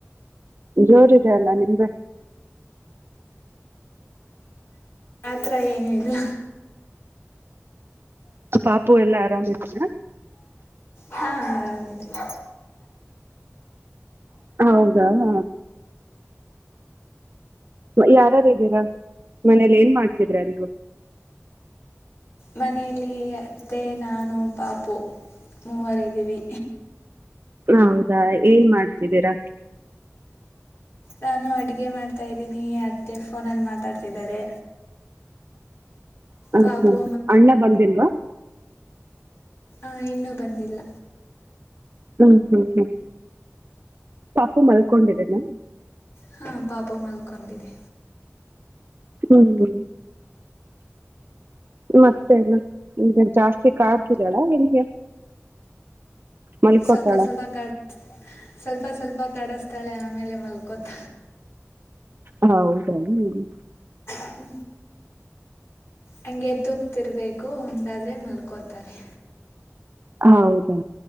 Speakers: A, on the right; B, on the left.
A: ಜೋರಿದೆ ಅಲ್ಲಾ ನಿಮ್ದ
B: ಯತ್ರ ಏನು ಇಲ್ಲ.
A: ಪಾಪು ಎಲ್ಲಾ ಆರಾಮತ್ಿನ
B: ಹಾಂ ಆರಾಮಿದ್ವಿ
A: ಹೌದಾ ಹ. ಯಾರಾರು್ದೀರಾ ಮನೇಲಿ ಏನ್ ಮಾಡ್ತಿದ್ರ ಅಲ್ರು
B: ಮನೆಯಲ್ಲಿ ಅತ್ತೆ ನಾನು ಪಾಪು. ಮೂವರಿದ್ದೀವಿ.
A: ಹೌದಾ ಏನ್ ಮಾಡ್ತಿದ್ದೀರಾ.
B: ನಾನು ಅಡುಗೆ ಮಾಡ್ತಾ್ದೀನಿ ಅತ್ತೆ ಫೋನಲ್ಲಿ ಮಾತಾಡ್ತಿದ್ದಾರೆ.
A: ಹ
B: ಪಾಪು
A: ಹಾ ಅಣ್ಣ ಬಂದಿಲ್ವಾ.
B: ಆ ಇನ್ನೂ ಬಂದಿಲ್ಲ.
A: ಹ್ಮ್ ಹ್ಮ್ ಹ್ಮ್ ಪಾಪು ಮಲ್ಕೊಂಡಿದೆನಾ.
B: ಹಾ ಪಾಪ ಮಲ್ಕೊಂಡಿದೆ.
A: ಹ್ಮ್. ಮತ್ತೆ ಜಾಸ್ತಿ ಕಡ್ತಿದಾಳಾ ಹೆಂಗೆ. ಮಲ್ಕೋತಾಳ
B: ಸ್ವಲ್ಪ ಸ್ವಲ್ಪ ಕ ಸ್ವಲ್ಪ ಸ್ವಲ್ಪ. ಪಪ್ಪ ಕಡಸ್ತಾಳೆ ಆಮೇಲೆ ಮಲ್ಕೋತ.
A: ಹ ಹೌದಲ್ಲ.
B: ಹ್ಮ್. ಹಗೆ ತೂಕ್ತಿರ್ಬೇಕು ಹಂಗಾದ್ರೆ ಮಲ್ಕೋತಾರೆ.
A: ಹೌದಾ